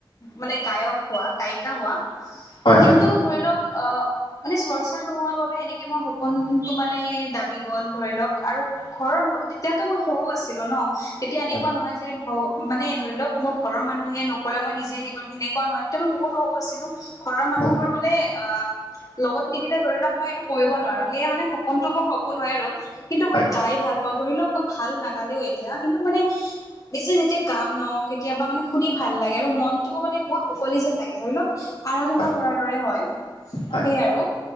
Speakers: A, on the left; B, on the left.
A: মানে গায়ক হোৱা গায়িকা হোৱা
B: হয়
A: কিন্তু
B: হয়
A: ধৰি লওক অ মানে চৰ্চা নোহোৱা বাবে এনেকে মোৰ সপোনতটো মানে দাবি গল ধৰি লওক আৰু ঘৰৰ এতিয়াতো মই সৰু আছিলো ন তেতিয়া এনেকুৱা
B: হয়
A: নহয় যে ব মানে ধৰি লওক মোৰ ঘৰৰ মানুহে নকলে মই নিজে হেৰি কৰিম সেনেকোৱা নহয় তেতিয়া মই বহুত সৰু আছিলো ঘৰৰ মানুহোৰ
B: হয়
A: মানে আ লগত নিদিলে ধৰি লওক মই এইটো কৰিব নোৱাৰো সেয়ে মানে সপোনতো বোৰ সপোন হয় ৰল কিন্তু
B: হয়
A: মই গাই ভাল পাওঁ ধৰি লওক মই ভাল নাগালেও এতিয়া কিন্তু মানে বেছি যেতিয়া গাম ন কেতিয়াবা মানে শুনি ভাল লাগে আৰু মনতটো মানে বহুত মুকলি যেন লাগে ধৰি লওক আৰাধনা
B: হয়
A: কৰাৰ দৰে হয়
B: হয়
A: সেইয় আৰু